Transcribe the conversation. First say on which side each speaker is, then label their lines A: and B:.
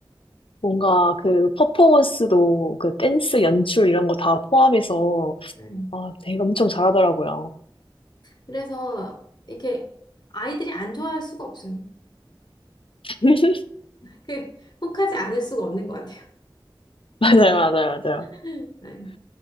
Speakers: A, on the left; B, on the left.
A: 뭔가 그 퍼포먼스도 그 댄스 연출 이런 거 다 포함해서,
B: 예.
A: 아, 되게 엄청 잘하더라고요.
B: 그래서 이게 아이들이 안 좋아할 수가 없어요.
A: <laughs>
B: 그, 혹하지 않을 수가 없는 것 같아요.
A: 맞아요, 맞아요, 맞아요.
B: <laughs> 네,